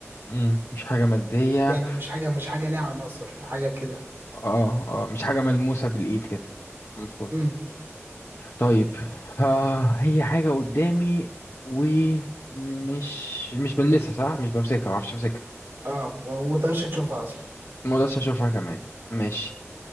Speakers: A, on the left; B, on the right.
A: مم. مش حاجة مادية
B: يعني مش حاجة مش حاجة ليها عناصر حاجة كده
A: اه اه مش حاجة ملموسة بالإيد كده المفروض
B: امم
A: طيب آه هي حاجة قدامي ومش مش بلمسها صح مش بمسكها ما اعرفش امسكها
B: اه ما ما تقدرش تشوفها اصلا
A: مقدرش اشوفها كمان ماشي